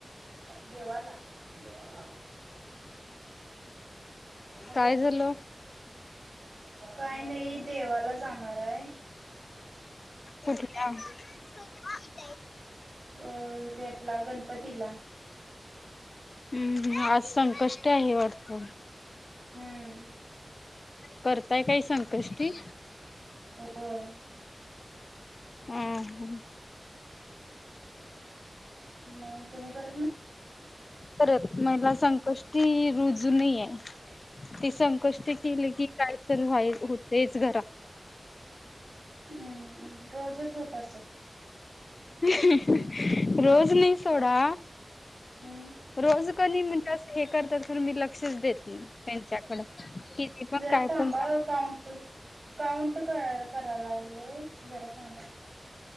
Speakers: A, on the right; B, on the left.
A: देवाला देवाला हलो
B: काय झालं?
A: काही नाही देवाला जाण मारा
B: हके हहा
A: अ जला गणपती ला
B: हम्म आज संकष्ट आहे वाटत.
A: हम्म
B: करताय काही संकष्टी
A: होय.
B: हम्
A: मग तुम्ही करत नाही
B: करत महिला संकष्टी रुजू नाही आहे. ते संकष्टीकेले की काय तरी वाईच होतेच घरात
A: हम्म रोजच होत असल.
B: ह् ह् रोज नाही सोडा
A: हम्म
B: रोज कनी म्हण स हे करत तर मी लक्षच देत नाही. त्यांच्याकड किती पण
A: जरा
B: काय
A: थांबा
B: पण
A: काउंट काउंट क करायलाव. बलोय जरा थांबा.